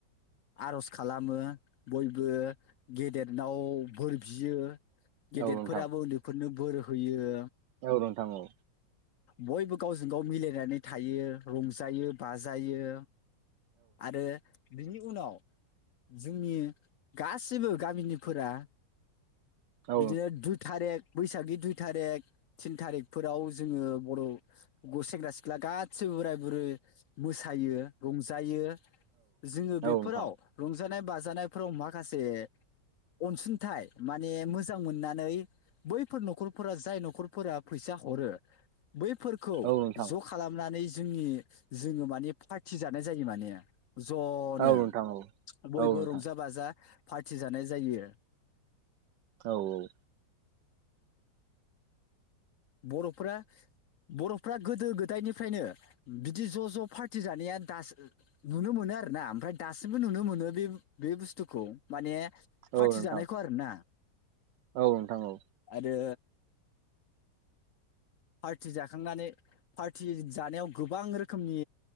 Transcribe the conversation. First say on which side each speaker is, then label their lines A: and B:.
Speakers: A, on the left; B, on the right.
A: आर'ज खालामो बयबो गेदेरनाव बोर बियो। गेदेरफोराबो
B: औ नोंथां
A: उन्दैफोरनो बोर होयो।
B: औ नोंथां औ।
A: बयबो गावजों गाव मिलायनानै थायो रंजायो बाजायो आरो बिनि उनाव जोंनि गासिबो गामिनिफोरा
B: औ
A: बिदिनो दुइ थारिख बैसागि दुइ थारिख थिन थारिखफोराव जोङो बर' सेंग्रा सिख्ला गासिबो बोराय बुरै मोसायो रंजायो। जोङो
B: नोंथां
A: बेफोराव रंजानाय बाजानायफोराव माखासे अनसुंथाइ माने मोजां मोननानै बैफोर न'खरफोरा जाय न'खरफोरा फैसा हरो बैफोरखौ
B: औ नोंथां
A: ज' खालामनानै जोंनि जोङो माने थिजानाय जायो माने ज'नो
B: औ नोंथां औ
A: बयबो
B: औ नोंथां
A: रंजा बाजा पार्टि जानाय जायो।
B: औ औ।
A: बर'फ्रा बर'फ्रा गोदो गोदायनिफ्रायनो बिदि ज' ज' पार्टि जानाया दासो नुनो मोनो आरो ना ओमफ्राय दासिमबो नुनो मोनो बे बे बुस्थुखौ माने
B: औ
A: पार्टि
B: नोंथां
A: जानायखौ आरोना
B: औ नोंथां औ
A: आरो पार्टि जाखांनानै, पार्टि जानायाव गोबां रोखोमनि